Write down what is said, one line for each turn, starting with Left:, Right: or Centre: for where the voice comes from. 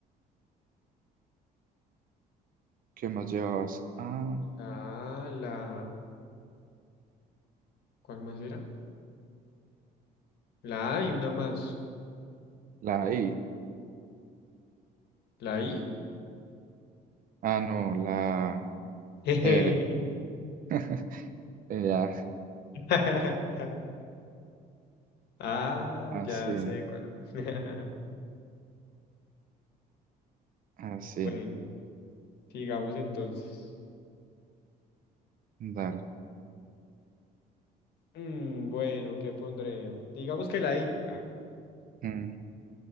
Right: ¿Qué más llevabas? Ah,
Left: Ah, la... ¿Cuál más era? La A y una más.
Right: la I.
Left: ¿La I?
Right: Ah, no, la
Left: <laughs> Jejeje.
Right: R. <laughs> Ya,
Left: <laughs> Ah,
Right: así,
Left: ya sé cuál. <laughs>
Right: así.
Left: Bueno, sigamos entonces.
Right: Dale.
Left: Mm, bueno, ¿qué pondré? Digamos que la I. Ah,
Right: Mm,